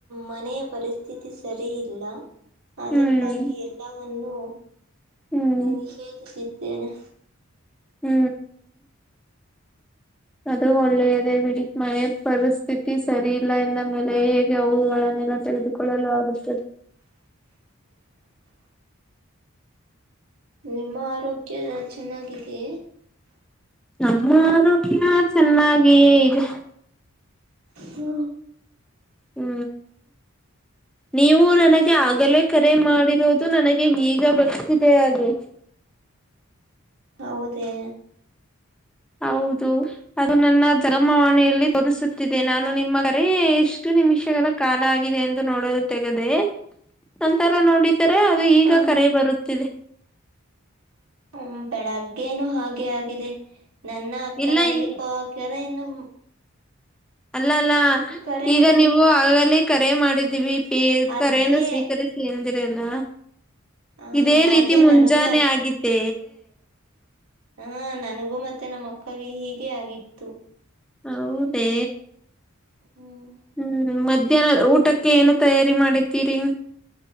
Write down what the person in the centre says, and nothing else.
ಹ್ಮ್
ಹ್ಮ್
ಹೂ ಅದು ಒಳ್ಳೆಯದ ಬಿಡ ಮನೆ ಪರಿಸ್ಥಿತಿ ಸರಿ ಇಲ್ಲ ಎಂದ ಮೇಲೆ ಹೇಗೆ ಅವುಗಳನ್ನ ಎಲ್ಲ ತೆಗೆದುಕೊಳ್ಳಲು ಆಗುತ್ತದೆ
ನ ಆರೋಗ್ಯ ಚೆನ್ನಾಗಿಯೇ ಇದೆ
ಹೂ ನೀವು ನನಗೆ ಆಗಲೇ ಕರೆ ಮಾಡಿರೋದು ನನಗೆ ಈಗ ಗೊತ್ತಿದೆ ಅದು <inaudible>
ಹೌದು ಅದು ನನ್ನ ಜಮವಾಣಿಯಲ್ಲಿ ತೊದಸುತ್ತಿದೆ ನಾನು ನಿಮ್ಮ ಕರ ಎಷ್ಟು ನಿಮಿಷಗಳ ಕಾಲ ಆಗಿದೆ ಎಂದು ನೋಡಲು ತಗದೆ ನಂತರ ನೋಡ ರ ಅದು ಈಗ
ಕರೆ ಬರುತ್ತಿದೆ
ಇಲ್ಲ
ಇಲ್ಲ
ಇಲ್ಲಲ್ಲ
ಈಗ ನೀವು ಆಗಲೇ ಕರೆ ಮಾಡಿದೀವಿ ಈ
ಕರೆಯನು ಸ್ವೀಕರಿಸಿ ಎಂದಿರಲ್ಲ
ಇದೇ ರೀತಿ
ಮುಂಜಾನೆ
ಆಗಿದ್ದೇ
ಹೌದೇ
ಹೂ ಮಧ್ಯಾಹ್ನ ಊಟಕ್ಕೆ ಏನು ತಯಾರಿ ಮಾಡಿದ್ದೀರಿ